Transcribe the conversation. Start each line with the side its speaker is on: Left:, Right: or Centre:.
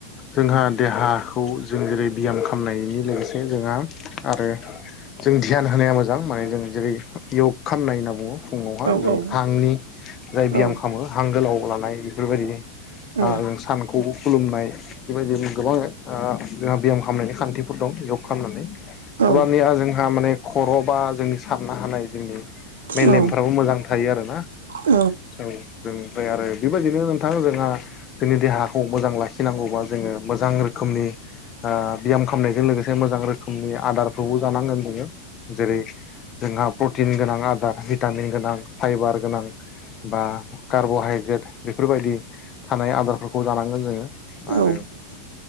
Left: जोंहा देहाखौ जों जेरै ब्याम खालामनायनि लोगोसे जोंहा आरो जों ध्यान होनाया मोजां माने जों जेरै य'ग खालामनाय होनना बुङो। फुङावहा
Right: औ
Left: जों
Right: औ
Left: हांनि जाय बियाम
Right: औ
Left: खालामो हां गोलाव लानाय बेफोरबायदि
Right: औ
Left: सानखौ खुलुमनाय बेबायदि गोबां जोंहा बे्याम खालामनायनि खान्थिफोर दं बेयाव खालामनानै अब्लानिया
Right: औ
Left: जोंहा माने खर' बा जों साननो हानाय जोंनि मेलेमफ्राबो
Right: औ
Left: मोजां थायो आरो ना।
Right: औ
Left: औ जों ओमफ्राय आरो बेबायदिनो नोंथां जोंहा जोंनि देहाखौ मोजां लाखिनांगौबा जोो मोजां रोखोमनि बि्याम खालामनायजों मोजां रोखोम ोखनि आदारबो जानांगोन जङ जेरै जोंहा प्रटिन गोनां आदार भिटामिन गोनां फाइबार गोनां बा कार्ब'हाइद्रेट बेफोरबायदि थानाय आदारफोरखौ जानांगोन जोङो,
Right: औ
Left: आरो